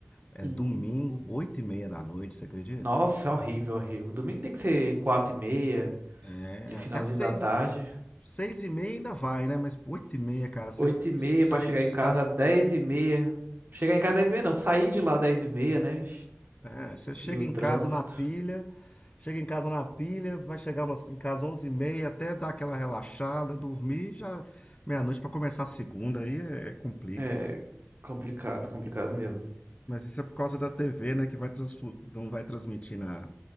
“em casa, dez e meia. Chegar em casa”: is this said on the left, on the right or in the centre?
Right